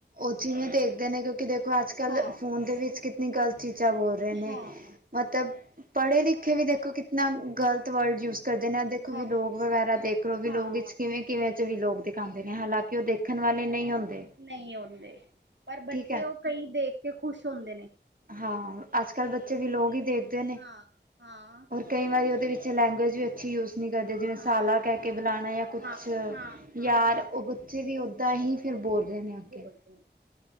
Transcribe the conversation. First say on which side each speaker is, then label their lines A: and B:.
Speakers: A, on the right; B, on the right.
A: ਉਥੇ ਇਵੇਂ ਦੇਖਦੇ ਨੇ ਕਿਉਂਕਿ ਦੇਖੋ ਅੱਜ ਕੱਲ
B: ਹਾਂ
A: ਫੋਨ ਦੇ ਵਿੱਚ ਕਿ ਨੀ ਗਲਤ ਚੀਜਾ ਬੋਲ ਰਹੇ ਨੇ।
B: ਹਾਂ
A: ਮਤਲਬ ਪੜ੍ਹੇ ਲਿਖੇ ਵੀ ਦੇਖੋ ਕਿਤਨਾ ਗਲਤ ਵਰਡ ਯੂਜ ਕਦੇ ਨਾ ਦੇਖੋ
B: ਹਾਂ
A: ਵੀਲੋਗ ਵਗੈਰਾ ਦੇਖ ਲੋ, ਵੀਲੋਗ
B: ਹਾਂ
A: ਇਚ ਕਿਵੇਂ-ਕਿਵੇਂ ਚ ਵੀਲੋਗ ਦੇ ਕਾਂਦੇ ਨੇ, ਹਲਾਂਕਿ ਓ ਦੇਖਨ ਵਾਲੇ ਨਈ ਹੁੰਦੇ।
B: ਨਈ ਹੋਂਦੇ ਪਰ ਬੱਚੇ
A: ਠੀਕ ਹੈ
B: ਓ ਕਈ ਦੇਖ ਕੇ ਖ਼ੁਸ਼ ਹੋਂਦੇ ਨੇ।
A: ਹਾਂ, ਆੱਜ-ਕਾੱਲ ਬੱਚੇ ਵੀਲੋਗ ਈ ਦੇਖਦੇ ਨੇ,
B: ਹਾਂ ਹਾਂ
A: ਔਰ ਕਈ ਵਾਰੀ ਓਦੇ ਵਿੱਚ ਲੈਂਗੁਏਜ ਵੀ ਅੱਛੀ ਯੂਜ਼ ਨੀ ਕਰਦੇ, ਜਿਵੇਂ
B: ਹਾਂ।
A: ਸਾਲਾ ਕੈਅ ਕੇ ਬੁਲਾਣਾ ਯਾ ਕੁੱਛ,
B: ਹਾਂ ਹਾਂ
A: ਯਾਰ
B: ਹਾਂ
A: ਓ ਬੱਚੇ ਵੀ ਓਂਦਾ ਹੀ ਫਿਰ ਬੋਲ ਰੇ ਨੇ ਅੱਗੇ।
B: ਬੋਲਦੇ ਨੇ